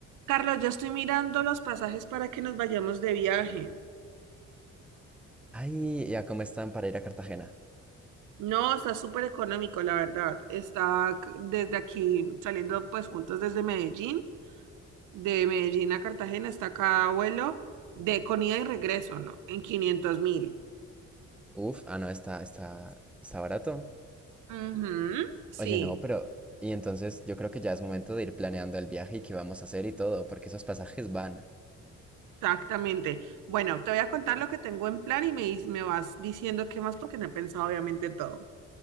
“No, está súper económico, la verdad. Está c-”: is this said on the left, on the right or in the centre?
Right